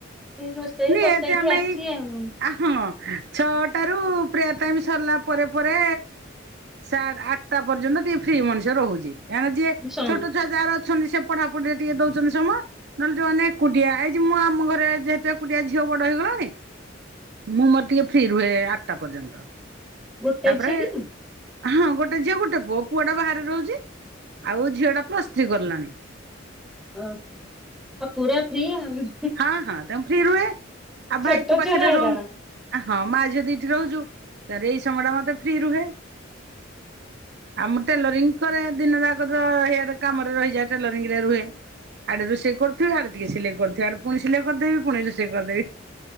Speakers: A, in the centre; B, on the right.
A: ରୋଷେଇ
B: ନିହାତି
A: ବସେଇକି
B: ଆମେ
A: ଆସଚି
B: ଏଇ
A: ଆଉ।
B: ଆ ହଁ ଛଅଟାରୁ ପ୍ରେୟାର୍ ଟାଇମ୍ ସରଲା ପରେ ପରେ ସେ ଆଠଟା ପର୍ଯ୍ୟନ୍ତ ଟିକେ ଫ୍ରି ମଣିଷ ରହୁଚି କାରଣ ଯିଏ
A: ସ
B: ଛୋଟ ଛୁଆ ଯାହାର ଅଛନ୍ତି ସେ ପଢାପଢିରେ ଟିକେ ଦଉଚନ୍ତି ସମୟ ନହେଲେ ଯଉମାନେ ଏକୁଟିଆ ଏଇତି ମୁଁ ଆମ ଘରେ ଯେତେ କୁଟିଆ ଝିଅ ବଡ ହେଇଗଲାଣି ମୁଁ ମୋର ଟିକେ ଫ୍ରି ରୁହେ ଆଠଟା ପର୍ଯ୍ୟନ୍ତ।
A: ଗୋଟେ
B: ତାପରେ
A: ଝିଅ କି
B: ହଁ ଗୋଟେ ଝିଅ ଗୋଟେ ପୁଅ ପୁଅ ଟା ବାହାରେ ରହୁଚି ଆଉ ଝିଅ ଟା ପ୍ଲସ୍ ଥ୍ରୀ କଲାଣି।
A: ଓ ପୁରା ଫ୍ରି ଆଉ।
B: ହଁ -ହଁ ତେଣୁ ଫ୍ରି ରୁହେ ଆଉ
A: ଛୋଟ
B: ଭାଇ ତ ପାଖେରେ
A: ଛୁଆରା ହଇରାଣ।
B: ରହୁନ୍ ହଁ ମା ଝିଅ ଦି ଟି ରହୁଚୁ ତାରେ ଏଇ ସମୟ ଟା ମତେ ଫ୍ରି ରୁହେ।
A: <inaudible>
B: ଆଉ ମୁଁ ଟେଲରିଂ କରେ ଦିନ ଯାକ ତ ହିୟାଡ଼େ କାମରେ ରହିଯାଏ ଟେଲରିଂ ରେ ରୁହେ। ଆଡେ ରୋଷେଇ କରୁଥିବି ଆଡେ ଟିକେ ସିଲେଇ କରୁଥିବି ଆଡ଼େ ପୁଣି ସିଲେଇ କରିଦେବି ପୁଣି ରୋଷେଇ କରିଦେବି।